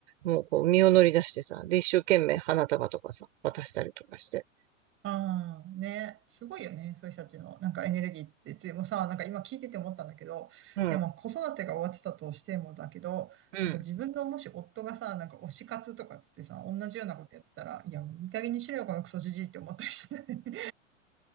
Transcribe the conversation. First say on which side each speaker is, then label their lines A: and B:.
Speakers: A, on the right; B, on the right.
A: もうこう、身を乗り出してさ、で、一生懸命花束とかさ、渡したりとかして。
B: ああ、ね。すごいよね。そういう人たちの、なんかエネルギーって。でもさ、なんか今聞いてて思ったんだけど、
A: うん。
B: いや、まあ子育てが終わってたとしてもだけど、
A: うん。
B: なんか自分のもし夫がさ、なんか推し活とかっつってさ、同じようなことやってたら、いや、もういい加減にしろよ、このクソじじいって思ったりして。